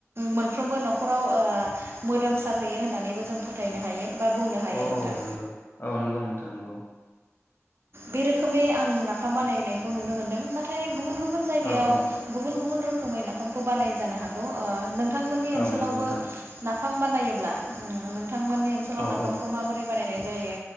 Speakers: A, on the right (about 50°); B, on the left (about 45°).
A: मोनफ्रोमबो न'खराव ओ मोदोमसारहैयो होननानैबो जों फो थायनो हायो। बा बुंनो हायो
B: औ
A: नोंथां
B: नोंगौ औ नोंगौ नोंथां नोंगौ।
A: बे रोखोमै आं नाफाम बानायहोनाय नुनो मोनदों नाथाय गुबुन गु बुन जायगायाव
B: औ औ
A: गुबुन गु बुन रोखोमै नाफामखौ बानायो जानो हागौ ओ नों थांमोननि
B: औ
A: ओनसोलावबो
B: नंगौ नोंथां
A: ना फाम बानायोब्ला उम नों थांमोननि ओनसोलाव
B: औ
A: नाफामखौ
B: औ
A: माबोरै बानायनाय जायो।